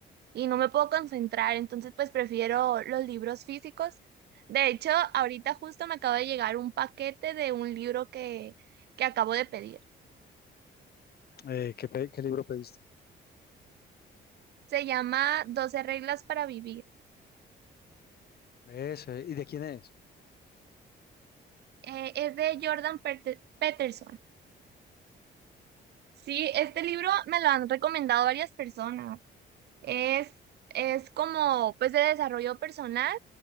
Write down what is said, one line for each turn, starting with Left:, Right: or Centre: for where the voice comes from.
Right: y no me puedo concentrar, entonces pues prefiero los libros físicos. De hecho, ahorita justo me acaba de llegar un paquete de un libro que, que acabo de pedir.
Left: Eh, ¿qué, pe- qué libro pediste?
Right: Se llama 12 reglas para vivir.
Left: Eso, eh, ¿y de quién es?
Right: Eh, es de Jordan Perte- Peterson. Sí, este libro me lo han recomendado varias personas. Es, es como pues de desarrollo personal.